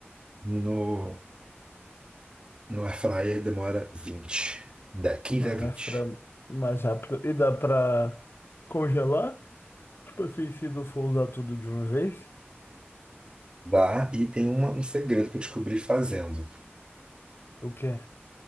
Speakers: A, on the right (about 25°); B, on the left (about 60°).
A: no no air fryer demora 20 da quinze
B: Mano,
A: a vinte
B: é frango mais rápido. E dá pra congelar? Tipo assim, se não for usar tudo de uma vez?
A: Dá, e tem uma- um segredo que eu descobri fazendo.
B: O quê?